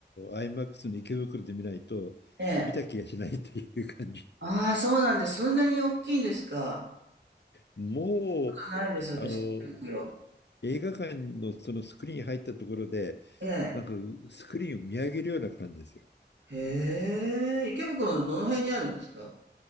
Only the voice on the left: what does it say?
IMAX の池袋で見ないと、
見た気がしないという感じ。
もう、
あの、
映画館のそのスクリーン入ったところで、
なんかスクリーンを見上げるような感じですよ。